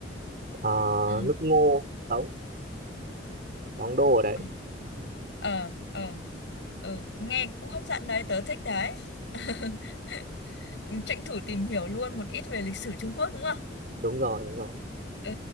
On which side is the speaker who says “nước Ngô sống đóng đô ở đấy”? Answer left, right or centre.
Right